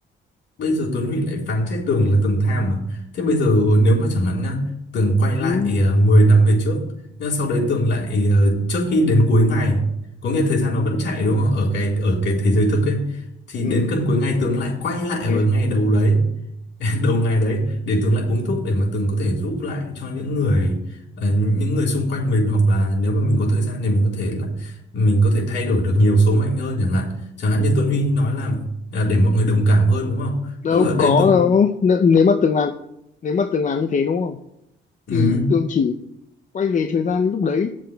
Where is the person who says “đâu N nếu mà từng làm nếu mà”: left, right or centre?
Left